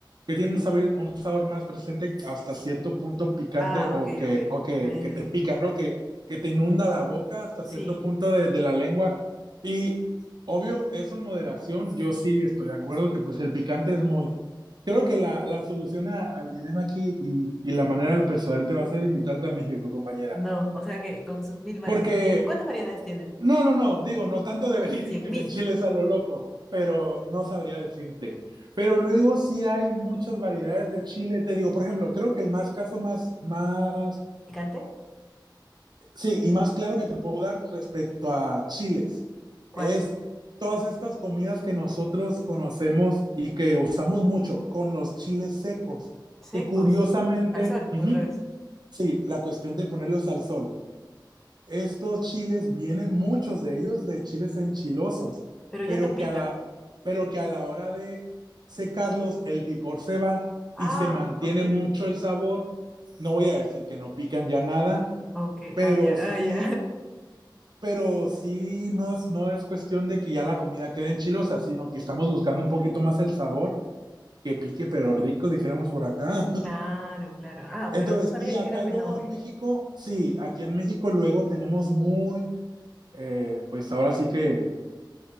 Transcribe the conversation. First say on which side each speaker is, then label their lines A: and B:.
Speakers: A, on the right (about 60°); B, in the centre.
A: que tienen un sabor, un sabor más presente hasta cierto punto picante
B: Ah,
A: o
B: ok,
A: que,
B: ok.
A: o que,
B: Ahí entendí.
A: que te pica, ¿no? Que, que te inunda la boca hasta
B: Sí,
A: cierto punto de, de la lengua. Y obvio, eso en moderación, yo sí estoy de acuerdo que pues el picante es muy, creo que la, la solución a- al dilema aquí y, y la manera de persuadirte va a ser invitarte a México, compañera.
B: no, o sea que con sus mil... var-
A: Porque,
B: diez- ¿Cuántas variedades tiene?
A: no, no, no, digo, no tanto de venir
B: ¿Cien
A: y que
B: mil?
A: te enchiles a lo loco, pero no sabría decirte. Pero luego sí hay muchas variedades de chile. Te digo, por ejemplo, creo que el más caso más, más,
B: ¿Picante?
A: sí, y más claro que te puedo dar respecto a chiles
B: ¿Cuáles?
A: es todas estas comidas que nosotros conocemos y que usamos mucho con los chiles secos
B: Secos.
A: que curiosamente,
B: Al sol,
A: ujú,
B: otra vez.
A: Sí, la cuestión de ponerlos al sol. Estos chiles vienen, muchos de ellos, de chiles enchilosos,
B: Pero ya
A: pero
B: no pica.
A: que a la, pero que a la hora de secarlos, el picor se va
B: Ah,
A: y se mantiene
B: ok.
A: mucho el sabor. No voy a decir que no pican ya nada,
B: Ok,
A: pero
B: ah, ya,
A: sí,
B: ah, ya.
A: pero sí no es, no es cuestión de que ya la comida quede enchilosa, sino que estamos buscando un poquito más el sabor, que pique pero rico, dijéramos por acá.
B: <laughs> Claro, claro. Ah,
A: Entonces,
B: pero no sabía
A: y acá
B: que era menor.
A: luego en México, sí, aquí en México luego tenemos muy, eh, pues ahora sí que